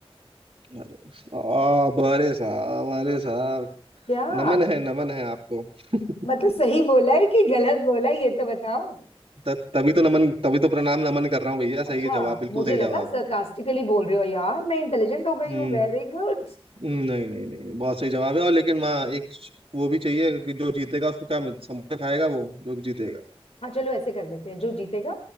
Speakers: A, on the right; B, on the left.
A: अरे साहब अरे साहब अरे साहब
B: क्या
A: नमन है नमन है आपको <laughs>
B: मतलब सही बोला है कि गलत बोला है ये तो बताओ
A: त- तभी तो नमन तभी तो प्रणाम नमन कर रहा हूँ भैया सही
B: अच्छा
A: है जवाब बिल्कुल
B: मुझे
A: सही
B: लगा
A: जवाब
B: सरकास्टिकली
A: है
B: बोल रहे हो यार मैं इंटेलिजेंट हो गई
A: हम्म
B: हूँ वेरी गुड
A: हम्म, नहीं नहीं नहीं बहुत सही जवाब है और लेकिन माँ एक श- वो भी चाहिए कि जो जीतेगा उसको क्या मिल- समोसा खाएगा वो जो भी जीतेगा
B: हाँ चलो ऐसे कर लेते हैं जो जीतेगा